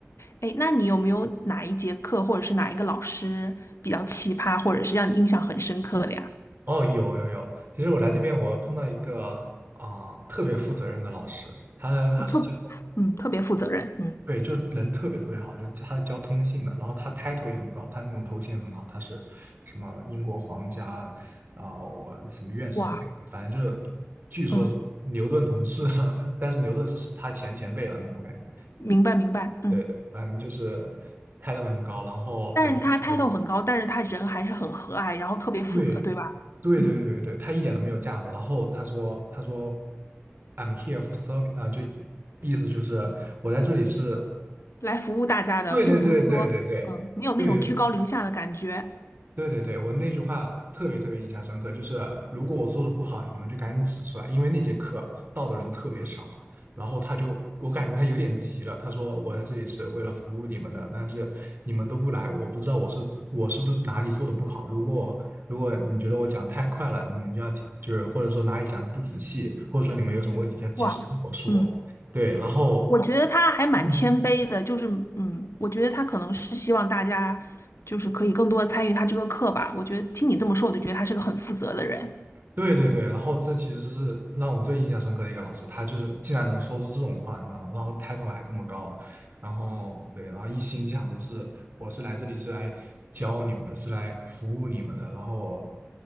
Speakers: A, on the left; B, on the right.
A: 哎，那你有没有哪一节课或者是哪一个老师比较奇葩，或者是让你印象很深刻的呀？
B: 哦，有有有，其实我来这边我碰到一个啊、特别负责任的老师，他的他是教。
A: 我特，嗯，特别负责任，嗯，
B: 对，就人特别特别好，就他是教通信的，然后他 title 也很高，他那种头衔很好，他是什么英国皇家啊，我什么院士会，
A: 哇，
B: 反正就是据说牛顿同事啊，
A: 嗯，
B: 那但是牛顿是他前前辈了那种感觉。
A: 明白明白，嗯，
B: 对对，反正就是 title 很高，然后人也特别好。
A: 但是他态度很高，但是他人还是很和蔼，然后特别负责，
B: 对
A: 对吧？
B: 对对对对对，
A: 嗯，
B: 他一点都没有架子。然后他说他说 I'm here for serving 啊，就意思就是我在这里是，
A: 来服务大家的，
B: 对对对对对对。
A: 并不是说，嗯，没有那种居高临下的感觉，
B: 对对对对，我那句话特别特别印象深刻，就是如果我做的不好，你们就赶紧指出来，因为那节课到的人特别少，然后他就，我感觉他有点急了，他说我在这里是为了服务你们的，但是你们都不来，我不知道我是我是不是哪里做的不好，如果我如果你觉得我讲得太快了，你们就要提，就是或者说哪里讲的不仔细，或者说你们有什么问题要及时跟我说，
A: 哇，嗯。
B: 对，然后。
A: 我觉得他还蛮谦卑的，
B: 嗯
A: 就是嗯，我觉得他可能是希望大家就是可以更多的参与他这个课吧。我觉得听你这么说，我就觉得他是个很负责的人。
B: 对对对，然后这其实是让我最印象深刻的一个老师，他就是竟然能说出这种话，你知道吗？然后抬头还这么高，然后对，然后一心想的是我是来这里是来教你们的，是来服务你们的，然后